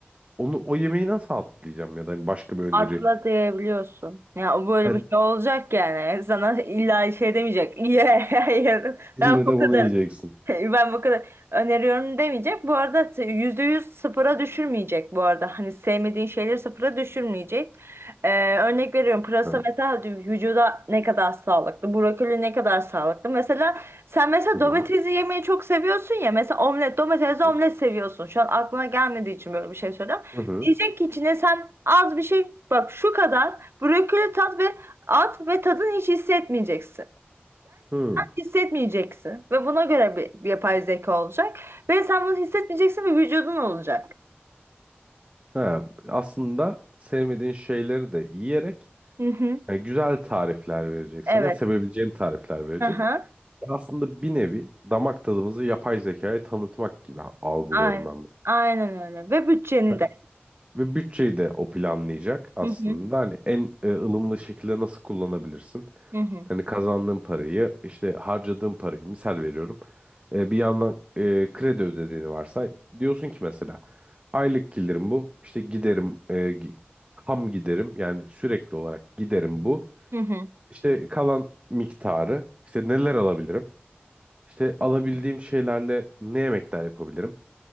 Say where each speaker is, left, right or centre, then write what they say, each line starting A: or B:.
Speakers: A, on the right; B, on the right.
A: onu o yemeği nasıl atlayacağım ya da hani başka bir öneri.
B: Atla diyebiliyorsun. Ya böyle
A: Hadi
B: bir şey olacak yani. Sana illa şey demeyecek. <laughs> Ye, ye. Ben
A: ille
B: bu
A: de
B: kadar.
A: bunu yiyeceksin.
B: <laughs> Ben bu kadar öneriyorum demeyecek. Bu arada t- %100 sıfıra düşürmeyecek bu arada. Hani sevmediğin şeyleri sıfıra düşürmeyecek. Ee, örnek veriyorum. Pırasa
A: Hı
B: mesela vücuda ne kadar sağlıklı. Brokoli ne kadar sağlıklı. Mesela sen mesela
A: hı
B: domatesi
A: hı
B: yemeyi çok seviyorsun ya. Mesela omlet, domatesli
A: hı
B: omlet seviyorsun. Şu an aklına gelmediği için böyle bir şey söylüyorum.
A: hı. hı,
B: Diyecek ki içine sen az bir şey bak şu kadar brokoli tat ve at ve tadını hiç hissetmeyeceksin
A: hı.
B: hissetmeyeceksin ve buna göre bir bir yapay zeka olacak ve sen bunu hissetmeyeceksin ve vücudun olacak.
A: Ha, aslında sevmediğin şeyleri de yiyerek
B: Hı hı.
A: yani güzel tarifler verecek
B: Evet.
A: sana, sevebileceğin tarifler verecek.
B: Hı hı.
A: Ya Aslında bir nevi damak tadımızı yapay zekaya tanıtmak gibi a- algılıyorum
B: Aynen.
A: ben. bunu.
B: Aynen öyle. Ve bütçeni
A: Hani
B: de.
A: Ve bütçeyi de o planlayacak aslında.
B: Hı hı.
A: Hani en e, ılımlı şekilde nasıl kullanabilirsin?
B: Hı hı.
A: Hani kazandığın parayı, işte harcadığın parayı misal veriyorum. E, bir yandan e, kredi ödediğini varsay. Diyorsun ki mesela aylık gelirim bu. İşte giderim e, gi- ham giderim yani sürekli olarak giderim bu.
B: Hı hı.
A: İşte kalan miktarı işte neler alabilirim? İşte alabildiğim şeylerle ne yemekler yapabilirim?